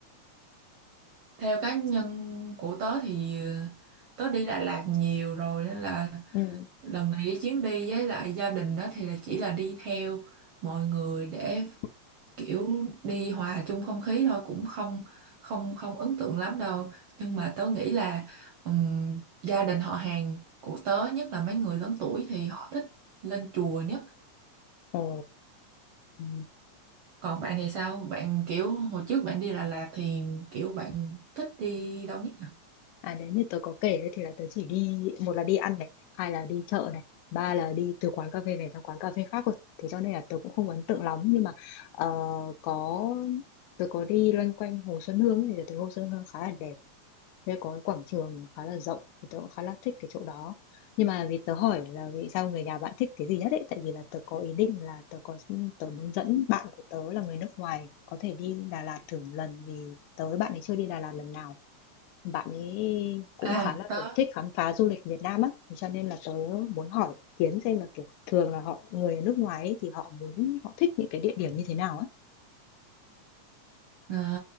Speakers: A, on the right; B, on the left.
A: theo cá nhân của tớ thì ờ, tớ đi Đà Lạt nhiều rồi nên là
B: Ừ.
A: lần này đi chuyến đi với lại gia đình đó thì là chỉ là đi theo mọi người để
B: Ừ.
A: kiểu đi hòa chung không khí thôi cũng không không không ấn tượng lắm đâu nhưng mà tớ nghĩ là ừm, gia đình họ hàng của tớ nhất là mấy người lớn tuổi thì họ thích lên chùa nhất
B: Ồ, ừ.
A: còn bạn thì sao bạn kiểu hồi trước bạn đi Đà Lạt thì kiểu bạn thích đi đâu nhất nhỉ
B: À nếu như tớ có kể đấy thì là tớ chỉ đi một là đi ăn này, hai là đi chợ này, ba là đi từ quán cà phê này sang quán cà phê khác rồi. Thế cho nên là tớ cũng không ấn tượng lắm nhưng mà ờ, có tớ có đi loanh quanh Hồ Xuân Hương ấy, thì tớ thấy Hồ Xuân Hương khá là đẹp. Đây có cái quảng trường khá là rộng thì tớ cũng khá là thích cái chỗ đó. Nhưng mà vì tớ hỏi là vì sao người nhà bạn thích cái gì nhất ấy tại vì là tớ có ý định là tớ có tớ muốn dẫn bạn của tớ là người nước ngoài có thể đi Đà Lạt thử một lần vì tớ với bạn ấy chưa đi Đà Lạt lần nào bạn ấy cũng
A: à
B: khá là
A: tớ
B: kiểu thích khám phá du lịch Việt Nam á cho nên là tớ muốn hỏi ý kiến xem là kiểu thường là họ người ở nước ngoài ấy, thì họ muốn họ thích những cái địa điểm như thế nào á
A: à,